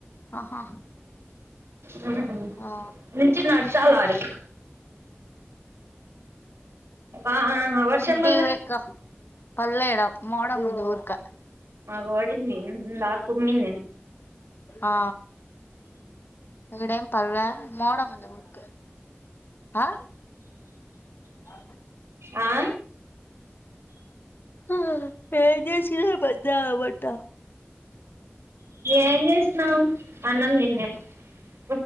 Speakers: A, on the left; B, on the right.
A: ఆహా
B: హ్మ్
A: ఆ
B: నన్చింనాడు చాల ఆడకి ఆ వర్షం
A: ఇంటికి
B: వల్ల
A: పోయి కప్ పలే దా మోడం ముందా ఉరకా
B: మాకు పడింది లాక్ కుమ్మింది
A: ఆ ఇడేం పళ్ళ మోడం ఉందా ఊరికే ఆ అ
B: ఆ
A: ఆ ఏం చేసినా పద్య వంట
B: ఏం చేసినావు అన్నం <unintelligible>